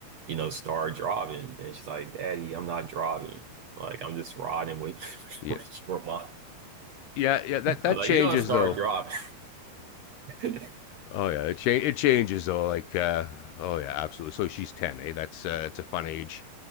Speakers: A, on the right; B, on the left.
A: you know, start driving. And she's like, Daddy, I'm not driving. Like, I'm just riding with,
B: Yeah,
A: <laughs> with your mom.
B: Yeah, yeah, that that
A: I was like,
B: changes
A: you're gonna start
B: though.
A: driving. <laughs>
B: Oh yeah, it change it changes though. Like, uh, oh yeah, absolutely. So she's ten, eh? That's uh, it's a fun age.